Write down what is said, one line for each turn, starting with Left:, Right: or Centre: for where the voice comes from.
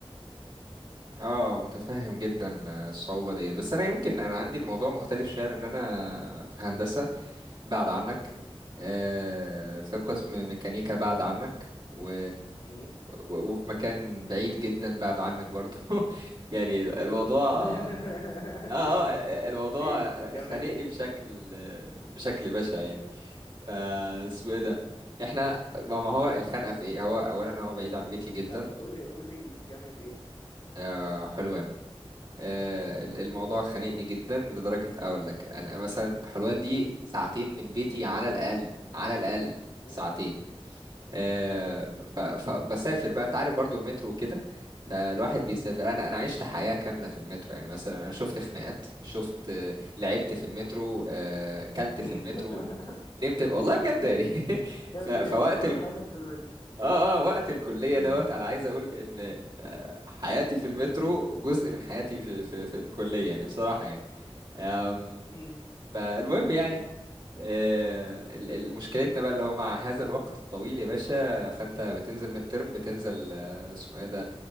Right: اه متفهم جدا الصعوبة ديت بس انا يمكن انا عندي الموضوع مختلف شوية لان انا في هندسة بعد عنك
Left: م-
Right: آه
Left: م-
Right: في قسم ميكانيكا بعد عنك و...
Left: م-
Right: و- وفي مكان بعيد جدا بعد عنك برضو <laughs> يعني الموضوع
Left: ماله
Right: اه
Left: <laughs>
Right: اه آه، الموضوع
Left: فين جامعة
Right: خانقني
Left: ايه
Right: بشكل بشكل بشع يعني ف اسمه ايه ده احنا ما ما هو الخنقه في ايه هو اولا هو بعيد عن بيتي جدا
Left: لا قول لي قول لي جامعة ايه
Right: آه حلوان آه، ال-
Left: اوكي
Right: الموضوع خانقني
Left: م-
Right: جدا لدرجة أقول لك أنا مثلا حلوان دي ساعتين من بيتي على الأقل على الأقل
Left: م-
Right: ساعتين آه،
Left: اه
Right: ف- فبسافر بقى أنت عارف برضو المترو وكده فالواحد بيسافر
Left: م.
Right: أنا أنا عشت حياة كاملة في المترو يعني مثلا أنا شفت خناقات شفت آه، لعبت في المترو آه، كلت
Left: <laughs>
Right: في المترو نمت والله بجد يعني <laughs>
Left: كانت
Right: ف- فوقت
Left: خبرات
Right: ال...
Left: حياتك في المتر
Right: اه اه وقت الكلية
Left: <coughs>
Right: دوت أنا عايز
Left: <laughs>
Right: أقول إن حياتي في المترو جزء من حياتي في في في الكلية يعني بصراحة يعني أم،
Left: مم.
Right: فالمهم يعني آه، ال- ال- مشكلتنا بقى اللي هو مع هذا الوقت الطويل يا باشا فانت بتنزل ميد ترم
Left: مم.
Right: بتنزل آه، اسمه ايه ده